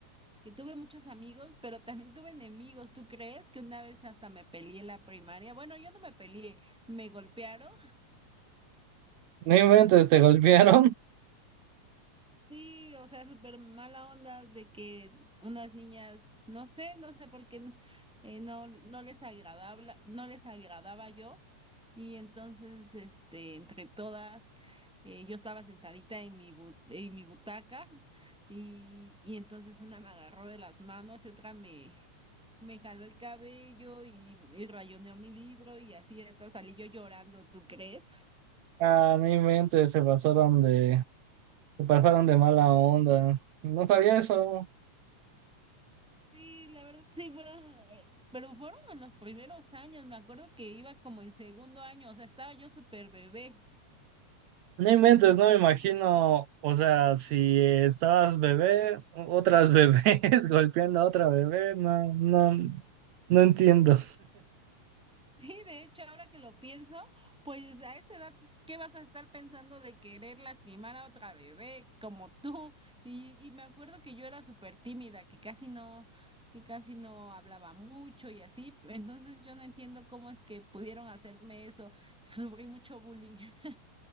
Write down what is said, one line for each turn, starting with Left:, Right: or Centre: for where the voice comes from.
Centre: que tuve muchos amigos, pero también tuve enemigos. ¿Tú crees que una vez hasta me peleé en la primaria? Bueno, yo no me peleé, me golpearon
Right: Ni inventes, te golpearon,
Centre: Sí, o sea, súper mala onda de que unas niñas, no sé, no sé por qué eh, no, no les agradaba, no les agradaba yo. Y entonces, este, entre todas, eh, yo estaba sentadita en mi bu- en mi butaca y, y entonces una me agarró de las manos y otra me, me jaló el cabello y, y rayoneó mi libro y así hasta salí yo llorando, ¿tú crees?
Right: <laughs> ah, ni inventes, se pasaron de Se pasaron de mala onda. No sabía eso.
Centre: Sí, la verdad, sí, pero, eh, pero fueron en los primeros años, me acuerdo que iba como en segundo año, o sea, estaba yo súper bebé.
Right: No inventes, no me imagino. O sea, si estabas bebé, otras bebés <laughs> golpeando a otra bebé, no, no, no entiendo.
Centre: <laughs> sí de hecho, ahora que lo pienso, pues a esa edad, ¿qué vas a estar pensando de querer lastimar a otra bebé como tú? Y, y me acuerdo que yo era súper tímida, que casi no, que casi no hablaba mucho y así, entonces yo no entiendo cómo es que pudieron hacerme eso, sufrí mucho bullying. <laughs>